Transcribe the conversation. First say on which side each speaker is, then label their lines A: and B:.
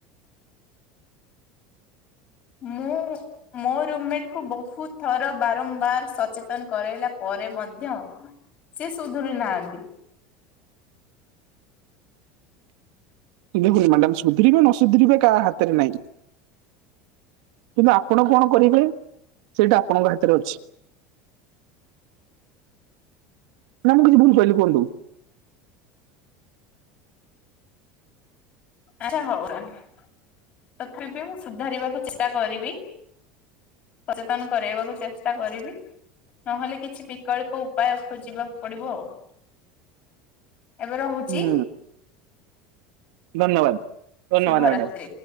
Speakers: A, on the left; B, on the right.
A: ମୁଁ ମୋ ରୁମମେଟ କୁ ବହୁତ ଥର ବାରମ୍ବାର ସଚେତନ କରାଇଲା ପରେ ମଧ୍ୟ ସେ ସୁଧରି ନାହାନ୍ତି।
B: ଦେଖନୁ ମ୍ୟାମ ସୁଧରିବେ ନ ସୁଧରିବେ କାହା ହାତରେ ନାଇଁ। କିନ୍ତୁ ଆପଣ କଣ କରିବେ ସେଇଟା ଆପଣଙ୍କ ହାତରେ ଅଛି। ନାଁ ମୁଁ କିଛି ଭୁଲ କହିଲି କୁହନ୍ତୁ।
A: ଆଛା ହଉ ତଥାପି ମୁଁ ସୁଧାରିବାକୁ ଚେଷ୍ଟା କରିବି। ସଚେତନ କରାଇବାକୁ ଚେଷ୍ଟା କରିବି। ନହେଲେ କିଛି ବିକଳ୍ପ ଉପାୟ ଖୋଜିବାକୁ ପଡ଼ିବ ଆଉ। ଏବେ ରହୁଛି।
B: ହୁଁ ଧନ୍ୟବାଦ ଧନ୍ୟବାଦ
A: ଶୁଭରାତ୍ରି।
B: ମାଡାମ।